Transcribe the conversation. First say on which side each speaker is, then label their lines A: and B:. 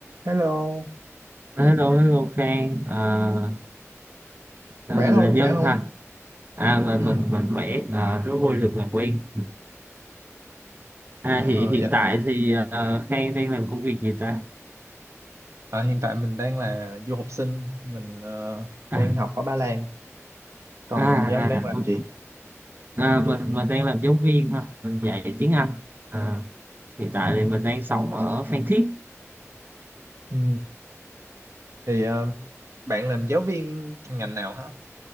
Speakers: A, on the right; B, on the right.
A: Hello,
B: Hello, hello Khang, à, à,
A: khỏe
B: mình
A: không
B: là Nhân
A: khỏe không
B: ha, à, mình
A: ừ.
B: mình mình khỏe, à, rất vui được làm quen. À, hiện
A: ờ,
B: hiện
A: dạ
B: tại thì à, Khang đang làm công việc gì ta?
A: à, hiện tại mình đang là du học sinh mình ờ,
B: À,
A: đang học ở Ba Lan còn
B: à,
A: Nhân đang
B: à,
A: làm
B: ok.
A: gì
B: à mình mình đang làm giáo viên ha, mình dạy tiếng Anh. À, hiện tại thì mình đang sống ở Phan Thiết.
A: ừ. thì ờ, bạn làm giáo viên ngành nào hả